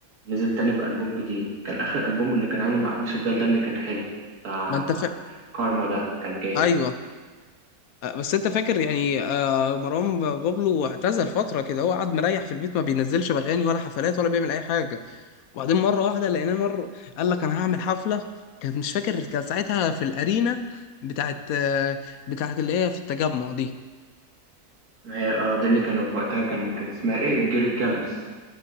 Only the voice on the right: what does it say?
نزل تاني بألبوم جديد كان آخر ألبوم اللي كان عامله مع أبيوسف ده ده اللي كان حلو بتاع
كارما ده كان جامد
هي اه دي اللي كانوا في وقتها كان كان اسمها ايه الجريك كامبس